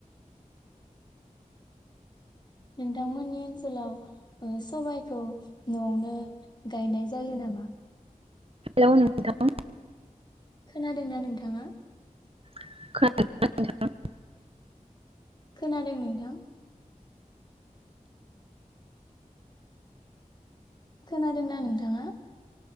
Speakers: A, on the left; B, on the right.
A: नोंथांमोननि ओनसोलाव ओ सबायखौ न'आवनो गायनाय जायो नामा
B: हेलौ नोंथां
A: खोनादोंना नोंथाङा
B: <unintelligible>
A: खोनादों नोंथां खोनादोंना नोंथाङा